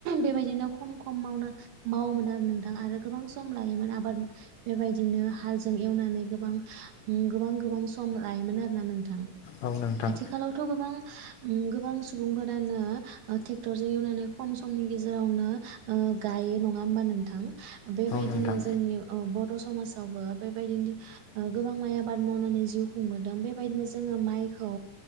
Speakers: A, on the right; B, on the left.
A: बेबायदिनो खम खम मावनो मावोमोन आरो नोंथां आरो गोबां सम लायोमोन आबाद बेबायदिनो हालजों एवनानै गोबां गोबां गोबां सम लायोमोन आरोना नोंथां
B: औ नोंथां
A: आथिखालावथ' गोबां सुबुंफोरानो ट्रेक्टरजों एवनानै खमनि गेजेरावनो गायो नङा होमबा नोंथां बेबायदिनो
B: नोंथां
A: जोंनि बर' समाजावबो बेबायदिनो गोबां माइ आबाद मावनानै जिउ खुंबोदों बेबायदिनो जोङो माइखौ